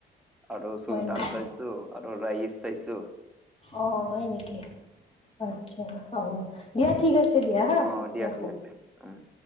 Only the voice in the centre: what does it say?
আৰু চুলতান
চাইছোঁ আৰু ৰাইচ চাইছোঁ।
অ' দিয়া
ঠিক আছে উম'।